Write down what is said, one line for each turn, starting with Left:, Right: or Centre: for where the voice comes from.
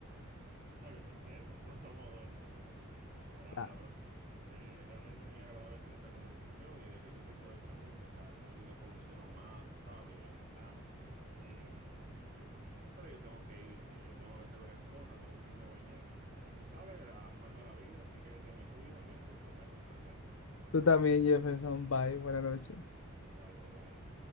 Right: No, yo te entiendo. <laughs> Pues somos dos entonces. Pues nada,
Left: Claro.
Right: bro. Eh, realmente muy agradable tener esta conversación y de este tipo de preguntas. O sea, si nos ayuda a conocernos más, tú sabes, y adentrarnos. Eh, Pero yo tengo que irme, ya yo tengo que hacer varias cosas, tengo que irme a bañar. Y tú sabes, el afán de la vida, así que te me cuida, Messi, de verdad que un placer.
Left: Tú también, Jefferson. Bye. Buenas noches.
Right: Igual, bro, bye.